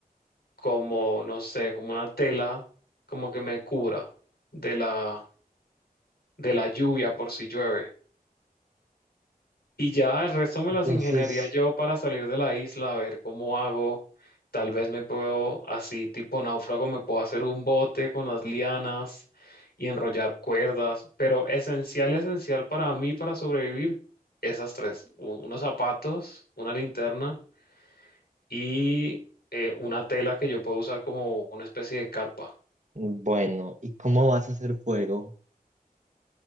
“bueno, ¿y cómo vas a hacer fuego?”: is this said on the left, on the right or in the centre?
Right